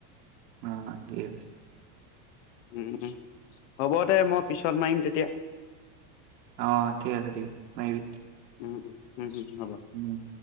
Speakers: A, on the right; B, on the left.
A: মা মাতি আছে।
B: উম উম হ'ব দে মই পিছত মাৰিম তেতিয়া
A: অ', ঠিক আছে ঠিক আছে মাৰিবি।
B: উম উম হম্ হম্ হব।
A: উম।